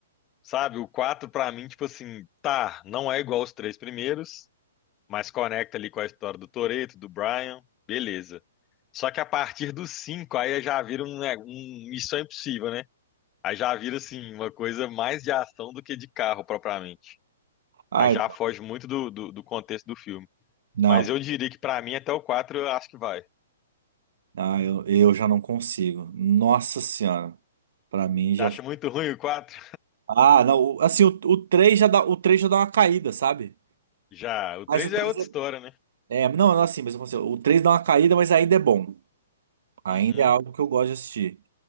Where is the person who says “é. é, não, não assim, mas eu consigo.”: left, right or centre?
Right